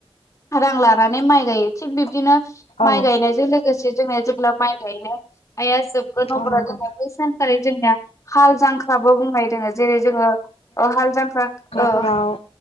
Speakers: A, on the left; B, on the left.
A: रां लानानै माइ गायो थिग बि बिदिनो माइ
B: औ
A: गायनायजों लोगोसे जोंङो जेब्ला माइ गायनाया जोब गोन
B: औ
A: अब्ला
B: नंगौ
A: जोंनिया बै सानखारि जोंनिया हाल जांख्राबो बुंनाय दोङो जेरै जोङो ओ हाल जांख्रा औ
B: फोराव